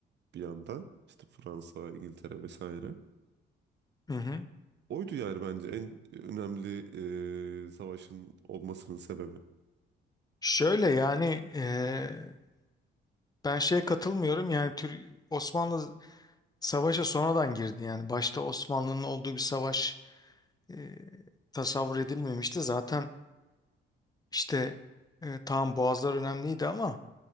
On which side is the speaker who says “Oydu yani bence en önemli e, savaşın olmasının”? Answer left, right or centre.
Right